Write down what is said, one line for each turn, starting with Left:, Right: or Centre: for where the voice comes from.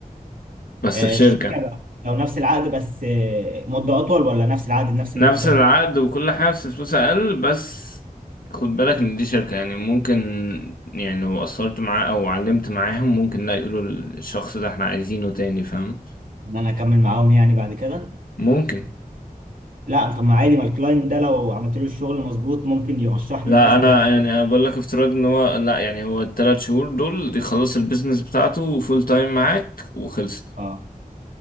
Left: بس
Right: آه،
Left: في شركة
Right: الشركة لو لو نفس العقد بس آه، مدة اطول ولا نفس العقد بنفس
Left: نفس
Right: المدة
Left: العقد وكل حاجة بس فلوس أقل بس خد بالك إن دي شركة يعني ممكن يعني لو قصرت معاه أو علمت معاهم ممكن لا يقولوا الشخص ده احنا عايزينه تاني فاهم
Right: ان انا اكمل معاهم يعني بعد كده
Left: ممكن
Right: لا طب ما عادي ما الكلاينت ده لو عملت له الشغل مظبوط ممكن يرشحني
Left: لا
Right: لناس
Left: أنا
Right: تانية
Left: يعني أنا بقول لك افتراض إن هو لا يعني هو التلات شهور دول يخلص البيزنس بتاعته فول تايم معاك وخلصت
Right: اه